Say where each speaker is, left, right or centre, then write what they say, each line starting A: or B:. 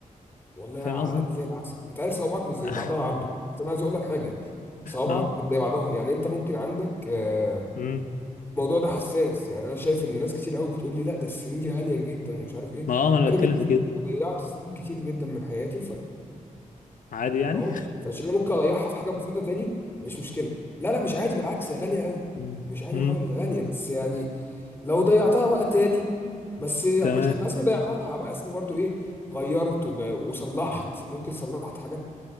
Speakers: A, on the left; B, on the left.
A: والله
B: فاهم
A: على
B: قصدي
A: قلبي زي العسل انت عارف صوابعك مش زي
B: <laughs>
A: بعضها يا عبده بس انا عايز اقول لك حاجه صوابعك
B: اه
A: مش زي بعضها يعني انت ممكن عندك آه،
B: امم
A: الموضوع ده حساس يعني انا شايف ان ناس كتير قوي بتقول لي لا ده السنين دي غاليه جدا ومش عارف ايه
B: ما اه ما انا
A: انا
B: بتكلم
A: بالنسبه
B: في كده
A: لي أنا ضيعت سنين كتير جدا من حياتي
B: عادي يعني
A: اهون فعشان انا ممكن اريحها في حاجه مفيده تاني مش مشكله لا لا مش عادي بالعكس ده غاليه قوي
B: مم.
A: مش عادي
B: مم.
A: خالص غاليه بس يعني لو ضيعتها بقى تاني بس مش
B: تمام
A: هيبقى اسمي ضيعتها هبقى اسمي برضو ايه غيرت وج- وصلحت ممكن صلحت حاجات